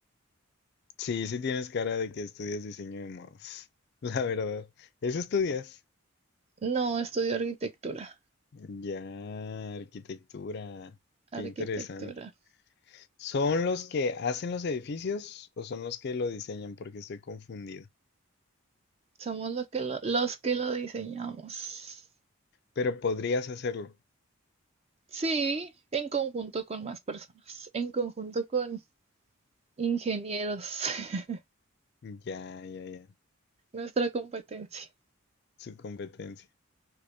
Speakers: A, on the left; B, on the right.
A: Sí, sí tienes cara de que estudias diseño de modos. <laughs> La verdad. ¿Eso estudias?
B: No, estudio arquitectura.
A: Ya, arquitectura.
B: Arquitectura.
A: Qué interesante. ¿Son los que hacen los edificios o son los que lo diseñan? Porque estoy confundido.
B: Somos los que lo- los que lo diseñamos.
A: Pero podrías hacerlo.
B: Sí, en conjunto con más personas, en conjunto con ingenieros, <laughs>
A: Ya, ya, ya.
B: nuestra competencia.
A: Su competencia.